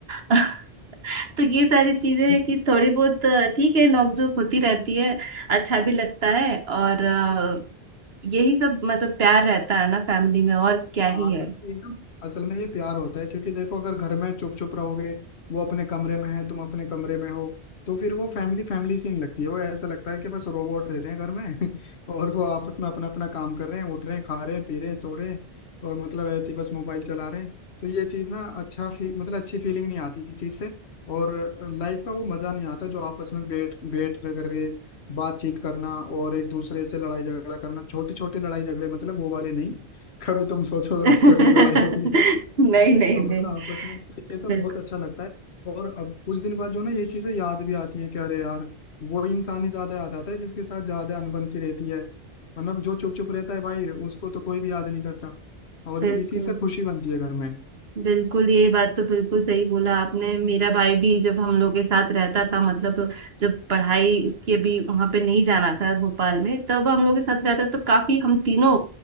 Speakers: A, on the right; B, on the left.
A: <laughs> तो ये सारी चीजें
B: से
A: हैं कि थोड़ी बहुत अ, ठीक है नोकझोंक होती रहती है अच्छा भी लगता है और अ, यही सब मतलब प्यार रहता है ना फैमिली में और क्या
B: हाँ
A: ही है
B: असल में ये ना असल में ये प्यार होता है क्योंकि देखो अगर घर में चुप चुप रहोगे वो अपने कमरे में है तुम अपने कमरे में हो तो फिर वो फैमिली फैमिली सीन लगती है वो ऐसा लगता है कि बस रोबोट रह रहे हैं घर में <laughs> और वो आपस में अपना अपना काम कर रहे हैं उठ रहे हैं खा रहे हैं पी रहे हैं सो रहे हैं और मतलब ऐसे ही बस मोबाइल चला रहे हैं तो ये चीज़ ना अच्छा फी, मतलब अच्छी फीलिंग नहीं आती इस चीज़ से और लाइफ का वो मज़ा नहीं आता जो आपस में बैठ बैठ करके बातचीत करना और एक दूसरे से लड़ाई झगड़ा करना छोटी छोटी लड़ाई झगड़े मतलब वो वाले नहीं कभी तुम सोचो
A: <laughs> नहीं
B: तगड़ी लड़ाई हो रही है तो
A: नहीं नहीं
B: मतलब आपस में इस तरीके से
A: बिल्कुल
B: बहुत अच्छा लगता है और अब कुछ दिन बाद जो ना ये चीजें याद भी आती है कि अरे यार वो इंसान ही ज्यादा याद आता है जिसके साथ ज्यादा अनबन सी रहती है मतलब जो चुप चुप रहता है भाई उसको तो कोई भी याद नहीं करता और
A: बिल्कुल
B: इसी से खुशी बनती है घर में
A: बिल्कुल ये बात तो बिल्कुल सही बोला आपने मेरा भाई भी जब हम लोग के साथ रहता था मतलब जब पढ़ाई उसकी अभी वहां पे नहीं जाना था भोपाल में तब हम लोग के साथ रहता तो काफी हम तीनों